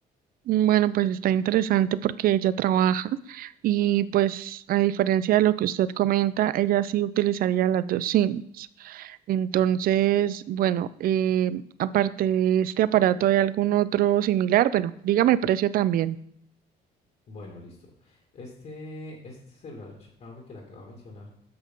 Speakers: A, on the right; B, on the left.
A: Mm, Bueno, pues está interesante porque ella trabaja y pues a diferencia de lo que usted comenta, ella sí utilizaría las dos SIMs. Entonces, bueno, eh, aparte de este aparato, ¿hay algún otro similar? Bueno, dígame precio también.
B: Bueno, listo. Este, este celular Xiaomi que le acabo de mencionar